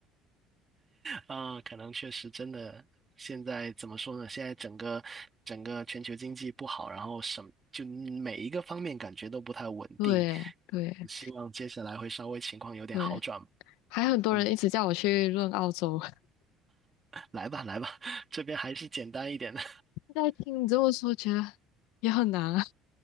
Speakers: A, on the right; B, on the left.
A: 啊，可能确实真的，现在怎么说呢？现在整个整个全球经济不好，然后什就每一个方面感觉都不太稳定。
B: 对对
A: 希望接下来会稍微情况有点好转。
B: 对，还很多人一直叫我去润澳洲，
A: 嗯，来吧来吧，<laughs> 这边还是简单一点的，
B: <laughs> 现在听你这么说，觉得也很难啊，